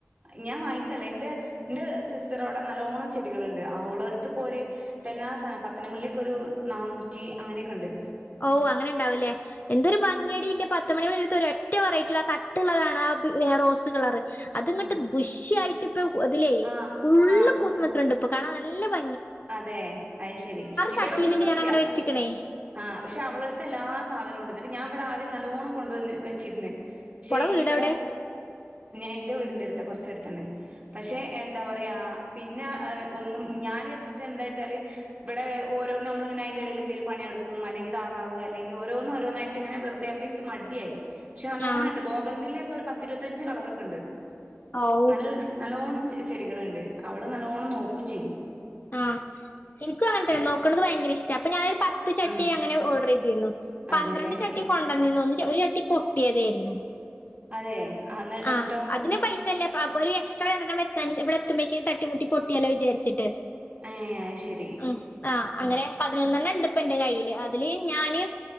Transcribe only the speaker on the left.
ഓ അങ്ങനെ ഇണ്ടാവൂലേ എന്തൊരു ഭംഗിയടിന്റെ പ പത്ത മണികളടുത്ത് ഒരു ഒറ്റ വെറൈറ്റി ആ തട്ടുള്ളതാണ് ആ റോസ് കളറ് അത്ങ്ങട്ട്
ദുഷ്യയായി അതിലേ
ഫുള്ള്
പൂത്ത് നിക്കണണ്ട് അപ്പൊ കാണാൻ നല്ല ഭ
ചട്ടിയിലുണ്ട്
ഞാൻ അങ്ങനെ വെച്ചിക്കണേ
ഓളെ വീടെവിടെ
ആഹ്
ഔ
ആ എനിക്കും അങ്ങനെ തന്നെ
നോക്കണത് ഭയങ്കര ഇഷ് <unintelligible> പത്ത് ചട്ടി
അങ്ങനെ ഓർഡർ ചെയ് <unintelligible> പന്ത്രണ്ട്
ചട്ടി കൊണ്ടുവന്നീന്നൊന്ന് ഒരു ചട്ടി പൊട്ടിയതയിരുന്നു
ആ
അതിന് പൈസല്ല <unintelligible> അപ്പോരു എക്സ്ട്രാ എറങ്ങാൻ വേ <unintelligible> ഇവിടെത്തുമ്പേക്ക് തട്ടി മുട്ടി പൊട്ടിയല്ല വിചരിച്ചിട്ട്
മ്മ് ആ അങ്ങനെ പതിനൊന്നെണ്ണം ഇണ്ട്പ്പ എൻ്റെ കയ്യില് അതില് ഞാന്